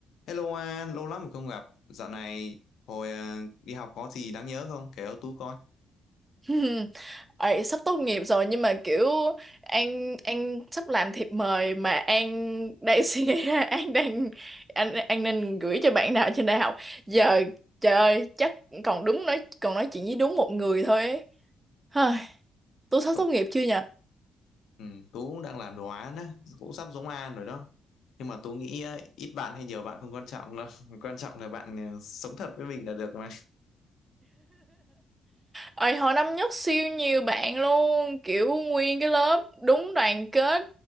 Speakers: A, on the left; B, on the right.
A: Hello An, lâu lắm rồi không gặp. Dạo này hồi ờ, đi học có gì đáng nhớ không? Kể cho Tú coi.
B: hmm, Ấy, sắp tốt nghiệp rồi nhưng mà kiểu An An sắp làm thiệp mời mà An đang <laughs> suy nghĩ ra An đang anh An nên gửi cho bạn nào trên đại học giờ trời ơi, chắc còn đúng nói còn nói chuyện với đúng một người thôi ấy. Hời, tôi sắp
A: Ừ,
B: tốt nghiệp chưa nhỉ
A: ừ, Tú cũng đang làm đồ án á, cũng sắp giống An rồi đó. Nhưng mà Tú nghĩ ờ, ít bạn hay nhiều bạn không quan trọng đâu. <laughs> Quan trọng là bạn ờ, sống thật với mình là được mà.
B: Ôi, hồi năm nhất siêu nhiều bạn luôn kiểu nguyên cái lớp đúng đoàn kết